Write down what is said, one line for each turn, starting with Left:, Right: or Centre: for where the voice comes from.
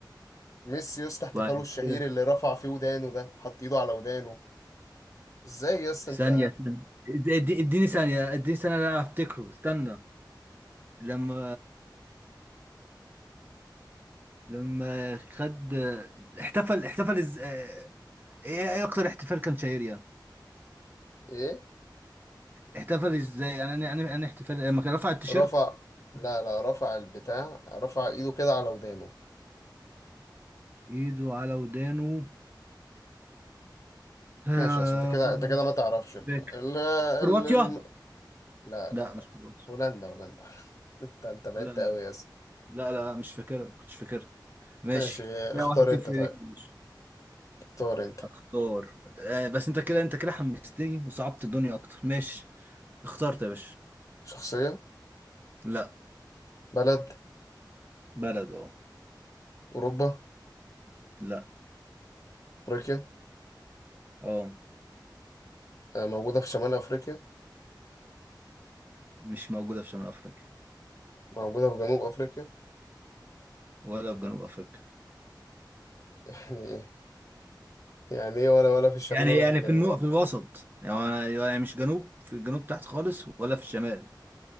Left: ميسي يا اسطى احتفاله
Right: وبعد
Left: الشهير
Right: كده
Left: اللي رفع فيه ودانه ده حط ايده على ودانه ازاي يا اسطى انت
Right: ثانيه ثانية. ادي- اديني ثانيه اديني ثانيه لا افتكره استنى لما لما خد احتفل احتفل از... اه، ايه ايه اكتر احتفال كان شهير يعني
Left: ايه
Right: احتفل ازاي يعني انا انا انا احتفال لما كان رفع التيشيرت
Left: رفع لا لا رفع البتاع رفع ايده كده على ودانه
Right: ايده على ودانه آه،
Left: ماشي يا اسطى انت كده انت كده ما تعرفش ال...
Right: مش فاكر
Left: ال... ال...
Right: كرواتيا
Left: لا
Right: لا
Left: لا
Right: مش
Left: لا
Right: كرواتيا
Left: هولندا هولندا <laughs> انت انت بعدت
Right: هولندا
Left: قوي يا اسطى
Right: لا لا مش فاكرها كنتش فاكرها ماشي
Left: ماشي
Right: لا
Left: اختار
Right: واحد
Left: انت
Right: صفر
Left: طيب
Right: ليك يا باشا
Left: اختار انت
Right: اختار آه بس انت كده انت كده حمستني وصعبت الدنيا اكتر ماشي اخترت يا باشا
Left: شخصية
Right: لا
Left: بلد
Right: بلد اه
Left: أوروبا
Right: لا
Left: أفريقيا
Right: اه
Left: آه، موجودة في شمال أفريقيا
Right: مش موجودة في شمال افريقيا
Left: موجودة في جنوب أفريقيا
Right: ولا في جنوب افريقيا
Left: <laughs> يعني ايه يعني ايه ولا ولا في الشمال
Right: يعني
Left: ولا
Right: يعني
Left: في الجنوب
Right: في النقط في الوسط يعني أنا- يعني مش جنوب في الجنوب تحت خالص ولا في الشمال